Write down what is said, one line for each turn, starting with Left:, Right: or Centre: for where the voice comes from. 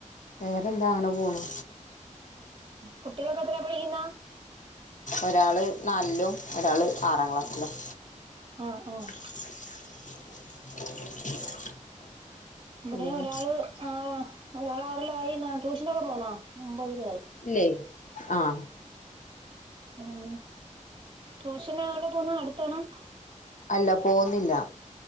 Left: വേറെന്താ അങ്ങനെ പോണ്
Right: കുട്ടികളക്കെത്ര പഠിക്കുന്നെ
Left: ഒരാള് നാലിലും ഒരാള് ആറാം ക്ലാസ്സിലും
Right: ആഹ് ആഹ്
Left: <inaudible> പിന്നെ
Right: ഇവിടെ ഒരാള് ആഹ് ഒരാള് ആറിലായി എന്നാ ട്യൂഷനൊക്കെ പോന്നോ ഒമ്പതിലായി
Left: ഇല്ലേ ആഹ്
Right: ഉം ട്യൂഷന് അവിടെ പോന്ന് അടുത്താണോ
Left: അല്ല പോന്നില്ല